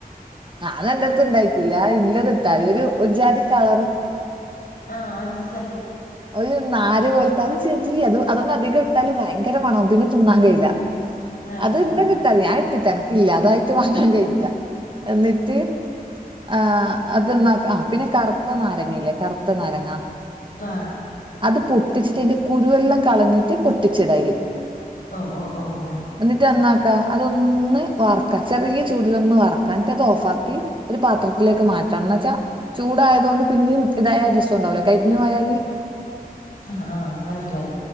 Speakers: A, on the right; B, on the left.
A: ആഹ് എന്റെ അടുത്ത് ഇണ്ടായിട്ടില്ല ഉള്ളത് ഇട്ടാതി ഒരു ഒരു ജാതി കളറ്
B: ആഹ് അനസിലായി.
A: ഒരു നാര് പോലത്തെ അത് ചെറിയ അത് അതൊന്ന അധികം ഇട്ടാല് ഭയങ്കര മണവും പിന്നെ തിന്നാൻ കഴിയില്ല.
B: ആഹ്
A: അത്
B: ആഹ്
A: ഇണ്ടെങ്കിൽ
B: ആഹ്
A: ഇട്ടാ മതി ഞാൻ ഇട്ടിട്ടാണ് ഇല്ല അതായിട്ട് വാങ്ങാൻ കഴിയില്ല എന്നിട്ട് ആഹ് അതന്നെ ആഹ്. പിന്നെ കറുത്ത നാരങ്ങയില്ലേ കറുത്ത നാരങ്ങ
B: ആഹ്.
A: അത് പൊട്ടിച്ചിട്ട് അയിന്റെ കുരുവെല്ലാം കളഞ്ഞിട്ട് പൊട്ടിച്ചിട അയില്.
B: ഓ ഓ ഓ ഓ
A: എന്നിട്ട് എന്നാക്ക അതൊന്ന് വറക്ക ചെറിയ ചൂടിലൊന്ന് വറക്ക എന്നിട്ട് അത് ഓഫ് ആക്കി ഒരു പാത്രത്തിലേക്ക് മാറ്റണം എന്ന വെച്ചാ ചൂടായത് കൊണ്ട് പിന്നെയും ഇതായ രസം ഉണ്ടാവില്ലോ കരിഞ്ഞു പോയാല്
B: ആഹ് ആഹ് മനസ്സിലായി.